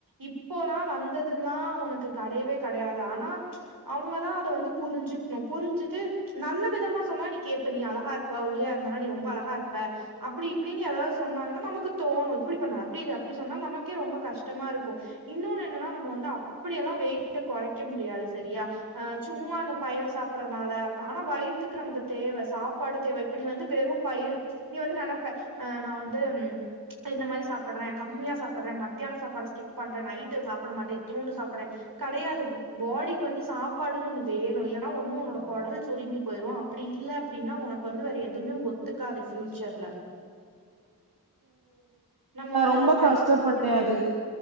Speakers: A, on the right (about 65°); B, on the right (about 80°).
A: இப்போல்லா வந்ததுன்லா உனக்கு கெடையவே கெடையாது ஆனா அவுங்கதா அத வந்து புருஞ்சுக்ணு புருஞ்சுது நல்ல விதமா சொன்னா நீ கேப்ப நீ அழகா இருப்ப ஒல்லியா இருந்தனா நீ ரொம்ப அழகா இருப்ப அப்டி இப்டின் ஏதாவது சொன்னாங்கனா நமக்கு தோணு இப்டி பண்ணு அப்டி இரு அப்டி சொன்னா நமக்கே ரொம்ப கஷ்டமா இருக்கு இன்னோன்னு என்னனா நம்ம வந்து அப்டியெல்லா வெயிட்ட கொறைக்க முடியாது சரியா ஆ சும்மா அந்த பயர் சாப்பற்றனால அப்பிலா ஆனா வயித்துக்கு நமக்கு தேவ சாப்பாடு தேவ இப்ப நீ வந்து வெறு பயிரு நீ வந்து நெனப்ப ஆ நா வந்து இந்த மாரி சாப்பற்றே கம்மியா சாப்பற்றே மத்யான சாப்பாட சிகிப் பண்றே நைட்டு சாப்ட மாட்டே இத்துனோண்டு சாப்புற்றே கெடையாது பாடிக்கு வந்து சாப்பாடுன் ஒண்ணு வேணு இல்லனா ஒண்ணு உன்னோட கொடல் சுருங்கி போயிறு அப் அப்டி இல்ல அப்டினா உனக்கு வந்து வேற எதுமே ஒத்துக்காது ஃபியூச்சர்ல
B: <inaudible>
A: நம்ம
B: நா
A: வந்து
B: ரொம்ப
A: இந்த சை
B: கஷ்டப்பட்டே அது